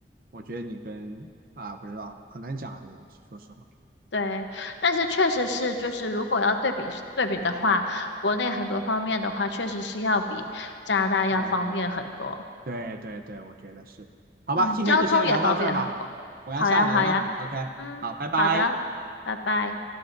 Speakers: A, on the right; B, on the left.
A: 我觉得你跟啊，不知道，很难讲啊，这个东西，说实话。
B: 对，但是确实是就是如果要对比对比的话，国内很多方面的话，确实是要比加拿大要方便很多。
A: 对对对对对，我觉得是的。好吧，
B: 嗯，
A: 今天就先聊到这儿吧，
B: 交通也方便很多。
A: 我要下楼了。
B: 好呀，好呀，
A: OK，
B: 嗯，
A: 好，拜拜。
B: 好的，拜拜。